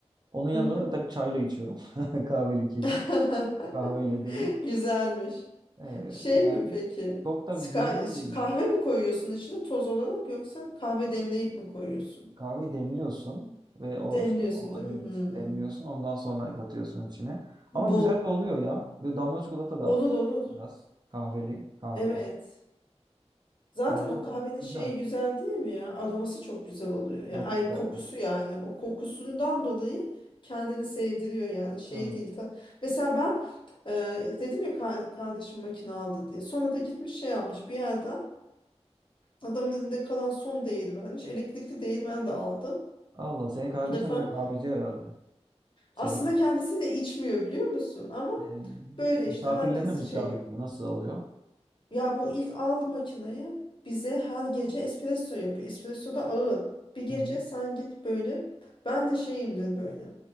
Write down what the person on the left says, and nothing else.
Hı
hı.
<laughs>
Güzelmiş.
Şey
mi peki?
Ska-
Kahve mi koyuyorsun içine toz olarak yoksa kahve demleyip mi koyuyorsun?
Demliyorsun
değil
mi? Hmm.
Bu
olur
olur.
Evet. Zaten
o kahvenin
şeyi güzel değil mi ya? Aroması çok güzel oluyor. Ya,
ay
kokusu yani. O kokusundan dolayı kendini sevdiriyor yani. Şey
değil. Ta... Mesela ben e, dedim ya ka- kardeşim makine aldı diye. Sonra da gitmiş şey almış bir yerden. Adamın elinde kalan son değirmenmiş. Elektrikli değirmen de aldı.
Bu defa
aslında kendisi de içmiyor biliyor musun? Ama
Böyle
işte herkes
şey
Ya bu ilk aldı makinayı bize her gece espresso yapıyor. Espresso da ağır. Bir gece
sen git böyle. Ben de şeyimdir böyle.